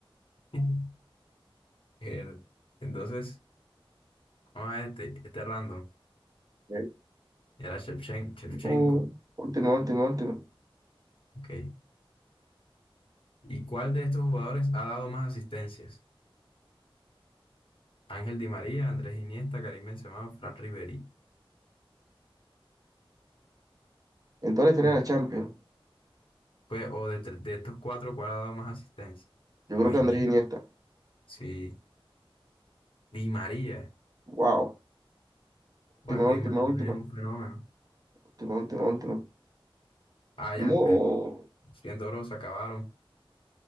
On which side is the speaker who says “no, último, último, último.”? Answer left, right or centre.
Right